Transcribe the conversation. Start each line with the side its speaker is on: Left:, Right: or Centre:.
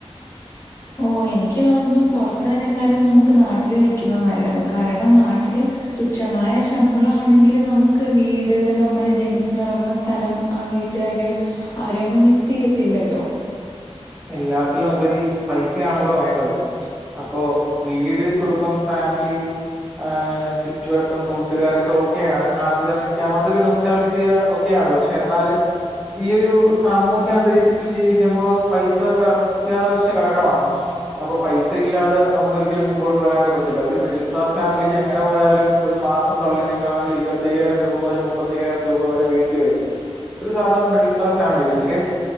Left: ഓഹ് എനിക്ക് തോന്നുന്നു പുറത്തതിനേക്കാലം നമുക്ക് നാട്ടില് നിക്കുന്നത് നല്ലന്ന് കാരണം നാട്ടില്. തുച്ഛമായ ശമ്പളമാണെങ്കിലും നമുക്ക് വീട് നമ്മള് ജനിച്ചു വളർന്ന സ്ഥ സ്ഥലം ആഹ് വീട്ടുകാര് അവരെയൊന്നും മിസ് ചെയ്യത്തില്ലല്ലോ.
Centre: എല്ലാത്തിലും ഉപരി പൈസയാണല്ലോ വേണ്ടത്. അപ്പോ വീട്, കുടുംബം, ഫാമിലി. ആഹ് ചുറ്റുവട്ടം കൂട്ടുകാരൊക്കെ ഒക്കെയാണ് നാട്ടിൽ തന്നെ നിക്കാം അതൊരു നൊസളജിയആണ്. ഒക്കെയാണ് പക്ഷെ എന്നാലും ഈ ഒരു സാമൂഹ്യ അന്തരീക്ഷത്തിൽ ജീവിക്കുമ്പോ. പൈസ ഒരു അത്യാവശ്യ ഘടകമാണ്. അപ്പൊ പൈസ ഇല്ലാെമുക്ക് ഒരിക്കലും മുമ്പോട്ട് പോകാനായിട്ട് പറ്റില്ല. ഒരു മിഡിൽ ക്ലാസ് ഫാമിലിക്ക് എങ്ങനെ പോയാലും. ഒരു മാസം തള്ളി നീക്കണമെങ്കിൽ ഇരുപത്തയ്യായിരം രൂപ മുതൽ മുപ്പത്തയ്യായിരം രൂപ വരെ വേണ്ടിവരും. ഒരു സാധാരണ മിഡിൽ ക്ലാസ് ഫാമിലി പക്ഷെ